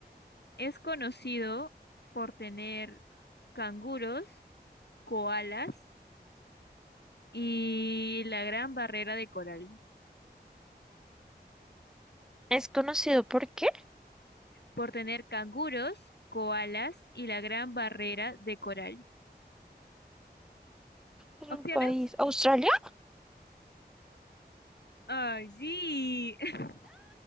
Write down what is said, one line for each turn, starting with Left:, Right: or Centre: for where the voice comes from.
Left: Es conocido por tener canguros, koalas y la gran barrera de coral.
Centre: ¿Es conocido por qué?
Left: Por tener canguros, koalas y la gran barrera de coral.
Centre: Es
Left: ¿Opciones?
Centre: un país. ¿Australia?
Left: Ay, sí. <laughs>